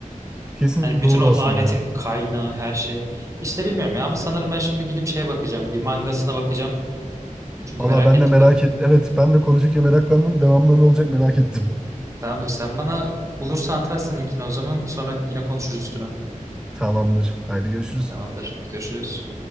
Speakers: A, in the centre; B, on the right (about 25°).
A: Kesinlikle
B: Hani bütün
A: doğru
B: o
A: aslında
B: lanetin
A: ya.
B: kaynağı her şey. İşte bilmiyorum ya ama sanırım ben şimdi gidip şeye bakacağım. Bir mangasına bakacağım. Çünkü
A: Valla
B: merak
A: ben
B: ettim
A: de merak
B: de.
A: et. Evet ben de konuştukça meraklandım. Devamlı ne olacak merak ettim.
B: Tamamdır. Sen bana bulursan atarsın linkini o zaman. Sonra yine konuşuruz üstüne.
A: <laughs> Tamamdır. Haydi görüşürüz.
B: Tamamdır. Görüşürüz.